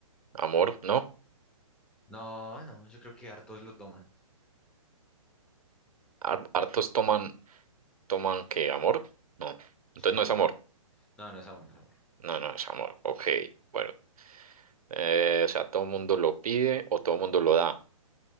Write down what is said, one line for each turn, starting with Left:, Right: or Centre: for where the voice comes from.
Right: amor, ¿no?
Centre: No, no, yo creo que hartos lo toman.
Right: Har- Hartos toman toman que amor. No. Entonces
Centre: Sí.
Right: no es amor.
Centre: No, no es amor, no es amor.
Right: No, no es amor. Ok, bueno. Eh, o sea, todo el mundo lo pide o todo el mundo lo da.